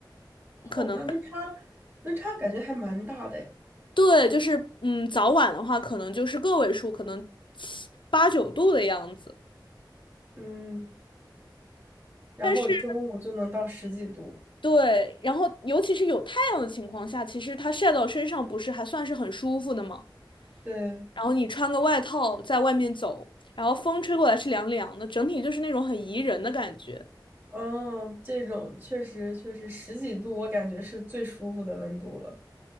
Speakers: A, on the right (about 25°); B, on the left (about 85°).
A: 哦，
B: 可能
A: 那温差温差感觉还蛮大的诶
B: 对，就是嗯，早晚的话，可能就是个位数，可能七八九度的样子。
A: 嗯，然后中午就能到十几度，
B: 但是对，然后尤其是有太阳的情况下，其实它晒到身上不是还算是很舒服的吗？
A: 对，
B: 然后你穿个外套在外面走，然后风吹过来是凉凉的，整体就是那种很宜人的感觉。
A: 嗯，这种确实确实十几度，我感觉是最舒服的温度了。